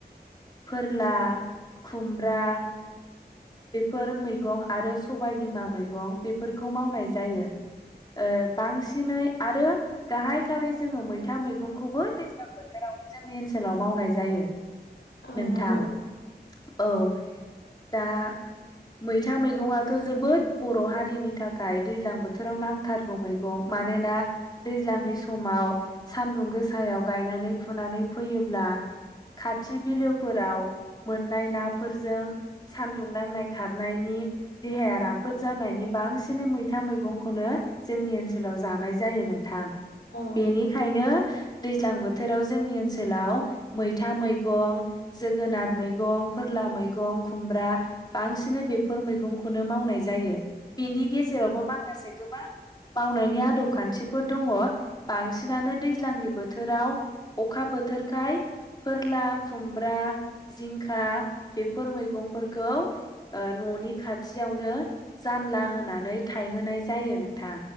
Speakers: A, on the left; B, on the left.
A: फोरला खुमब्रा बेफोर मैगं आरो सबायबिमा मैगं बेफोरखौ मावनाय जायो ओ बांसिनै आरो गाहायथारै जोङो मैथा मैगंखौबो दैज्लां बोथोरावनो जोंनि ओनसोलाव मावनाय जायो
B: औ
A: नोंथां
B: नंगौ
A: औ दा मैथा मैगङाथ' जोबोद बर' हारिनि थाखाय दैज्लां बोथोराव नांथारगौ मैगं मानो दैज्लांनि समाव सान्दुं गोसायाव गायनानै फुनानै फैयोब्ला खाथि बिलोफोराव मोननाय नाफोरजों सानदुं नांनाय खारनायनि देहाया राफोद जानायनि बांसिनै मैथा मैगंखौनो जोंनि ओनसोलाव जानाय जायो नोंथां
B: औ
A: बेनिखायनो
B: नंगौ
A: दैज्लां बो बोथोराव जोंनि ओनसोलाव मैथा मैगं जोगोनार मैगं फोरला मैगं खुमब्रा बांसिन बेफोर मैगंखौनो मावनाय जायो बेनि गेजेरावबो माखासे गोबां मावनायनि आदब खान्थिफोर दङ बांसिनानो दैज्लांनि बोथोराव अखा बोथोरखाय फोरला खुमब्रा जिंखा बेफोर मैगंफोरखौ न'नि खाथियावनो जानला होनानै थायहोनाय जायो नोंथां